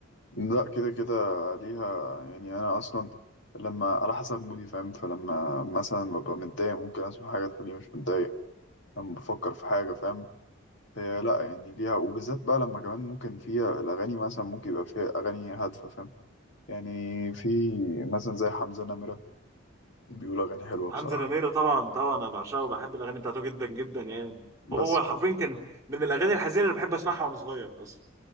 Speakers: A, on the left (about 60°); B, on the right (about 15°).
A: لا كده كده ليها يعني أنا أصلا لما على حسب مودي فاهم فلما مثلا ببقى متضايق ممكن أسمع حاجة تخليني مش متضايق لما بفكر في حاجة فاهم هي لا يعني ليها وبالذات بقى لما كمان ممكن فيها الأغاني مثلا ممكن يبقى فيها أغاني هادفة فاهم يعني في مثلا زي حمزة نمرة بيقول أغاني حلوة
B: حمزة
A: بصراحة
B: نميرة طبعا طبعا انا بعشقه وبحب الاغاني بتاعته جدا جدا يعني هو
A: بس
B: حرفيا كان من الاغاني الحزينه اللي بحب اسمعها وانا صغير اصلا